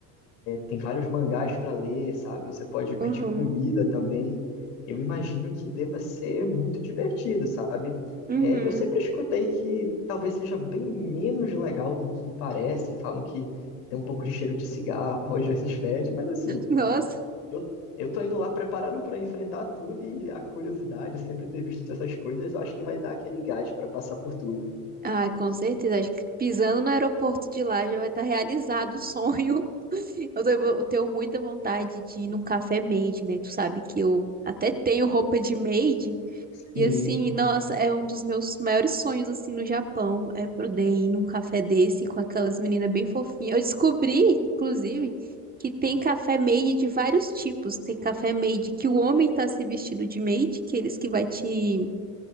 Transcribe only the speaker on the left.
Tem vários mangás para ler, sabe? Você pode pedir
comida também. Eu imagino que deva ser muito divertido, sabe?
É, eu sempre escutei que talvez seja bem menos legal do que parece. Falam que tem um pouco de cheiro de cigarro, <laughs> às vezes fede, mas assim,
eu, eu tô indo lá preparado para enfrentar tudo e a curiosidade, sempre ter visto essas coisas, eu acho que vai dar aquele gás para passar por tudo.
Sim,